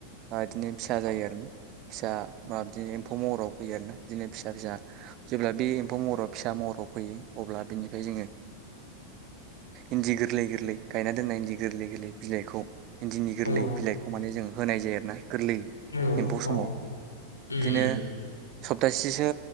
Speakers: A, on the right; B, on the left.
A: <unintelligible> बिदिनो फिसा जायो आरोना फिसा बा बिदिनो महराव फयो आरो ना बिदिनो फिसा फिसा जेब्ला बे महराव फिसा महराव फैयो अब्ला बिनिफ्राय जोङो इन्दि गोरलै गोरलै गायना दोननाय इन्दि गोरलै गोरलै बिलाइखौ इन्दिनि गोरलै
B: औ
A: बिलाइखौ माने जोङो होनाय जायो आर ना गोरलै
B: औ
A: एम्फौ
B: औ
A: समाव
B: उम
A: बिदिनो
B: उम
A: सप्तासेसो